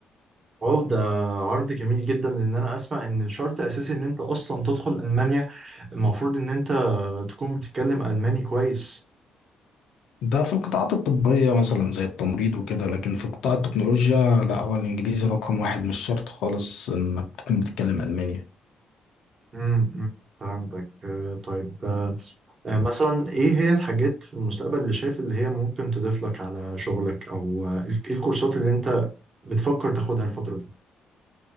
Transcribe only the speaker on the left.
ده في القطاعات الطبية مثلا زي التمريض وكده لكن في قطاع التكنولوجيا لا هو الانجليزي رقم واحد مش شرط خالص انك تكون بتتكلم الماني